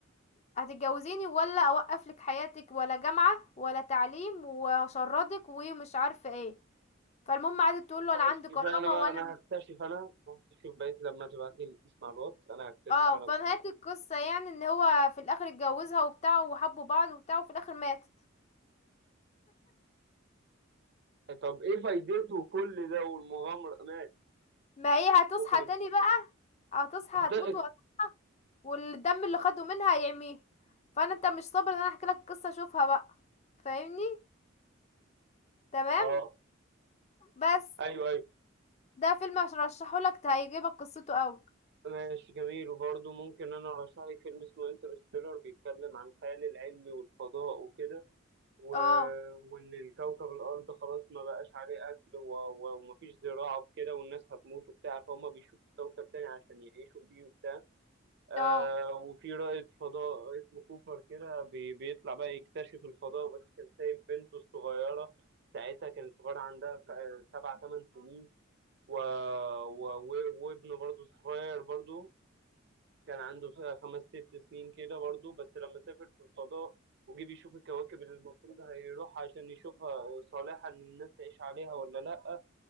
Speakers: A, on the left; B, on the right.
A: هتتجوزيني ولا اوقف لك حياتك ولا جامعة ولا تعليم وهشردك ومش عارفة ايه فالمهم قعدت تقول له
B: خلاص
A: انا عندي
B: كفاية
A: كرامة
B: انا بقى
A: وانا
B: انا
A: مش
B: هكتشف انا هكتشف بقيت لما تبعت لي اسم على الواتس انا هكتشف
A: اه
B: انا
A: فنهاية
B: كل
A: القصة يعني ان هو في الاخر اتجوزها وبتاع وحبوا بعض وبتاع وفي الاخر ماتت
B: ده طب ايه فايدته كل ده والمغامرة ماشي
A: ما هي هتصحى
B: اخرج
A: تاني بقى هتصحى
B: هتقج
A: هتموت وهتصحى والدم اللي خده منها هيعميه فانا انت مش صابر ان انا احكي لك قصه اشوفها بقى فاهمني تمام
B: اه
A: بس
B: ايوه ايوه
A: ده فيلم عشان ارشحه لك هيعجبك قصته قوي
B: ماشي جميل وبرضه ممكن انا ارشح لك فيلم اسمه انترستيلر بيتكلم عن الخيال العلمي والفضاء وكده و-
A: اه
B: وان الكوكب الارض خلاص ما بقاش عليه اكل و- و- ومفيش زراعه وكده والناس هتموت وبتاع فهم بيشوفوا كوكب تاني عشان يعيشوا فيه وبتاع آه
A: اه
B: وفي رائد فضاء اسمه كوبر كده بي- بيطلع بقى يكتشف الفضاء بس كان سايب بنته الصغيره ساعتها كانت صغيره عندها ف- سبع ثمان سنين و... و... و- وابنه برضه الصغير برضه كان عنده ف- خمس ست سنين كده برضه بس لما سافر في الفضاء وجي بيشوف الكواكب اللي المفروض هيروح عشان يشوفها صالحة إن الناس تعيش عليها ولا لأ